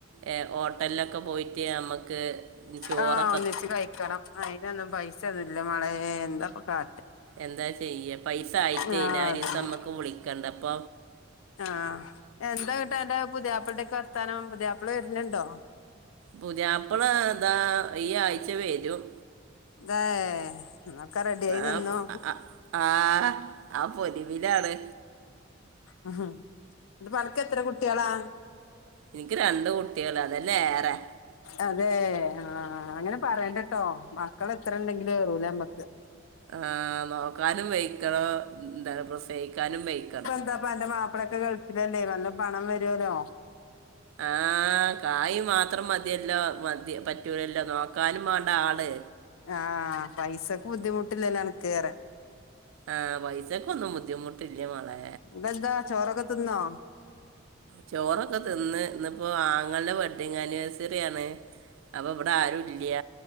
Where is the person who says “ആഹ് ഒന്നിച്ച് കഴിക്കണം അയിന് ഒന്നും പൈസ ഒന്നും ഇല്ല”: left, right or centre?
Left